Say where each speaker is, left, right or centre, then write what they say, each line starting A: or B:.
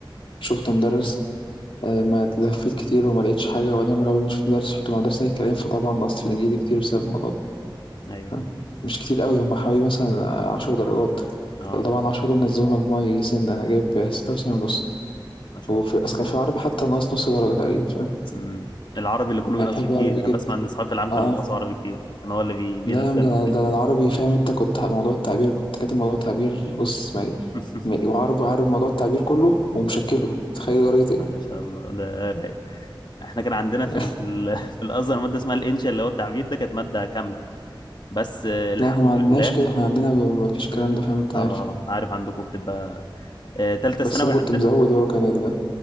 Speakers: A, on the left (about 80°); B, on the left (about 55°).
A: شفت مدرس آه، ما لفيت كتير وما لقيتش حاجة وبعدين لما لما شفت مدرس رحت مدرسة الكلام فطبعا نقصت في الإنجليزي كتير بسبب الموضوع ده
B: ايوه
A: فاهم؟ مش كتير قوي هم حوالي مثلا عشر درجات
B: اه
A: طبعا العشرة دول نزلوا مجموعي سن أنا جايب ستة وتسعين ونص
B: ما شاء
A: وفي
B: الله
A: أصل كان في العربي حتى ناقص نص درجة تقريبا فاهم
B: امم العربي اللي كله بينقص
A: أنا بحب
B: فيه كتير
A: العربي
B: انا
A: جدا
B: بسمع ان اصحابي في العام
A: آه
B: كانوا بينقصوا
A: آه.
B: عربي كتير كان هو اللي بي... بينزلهم
A: لا يا عم، ده أنا
B: دايما
A: ده أنا العربي فاهم أنت كنت ه- موضوع التعبير كنت كاتب موضوع التعبير بص ما
B: <laughs>
A: ما- وعارف عارف موضوع التعبير كله ومشكله تخيل درجة إيه
B: ما شاء الله ده رايق احنا كان عندنا
A: <laughs>
B: في ال... في ال- <laughs> في الازهر ماده اسمها الانشاء اللي هو التعبير ده كانت ماده كامله بس آه، الحمد
A: لا احنا ما عندناش
B: لله
A: كده احنا عندنا ب- مفيش الكلام ده فاهم أنت
B: اه
A: عارف
B: عارف عندكم بتبقى آه، تالتة
A: بس
B: ثانوي
A: انا كنت
B: عندنا
A: مزود هو كان ال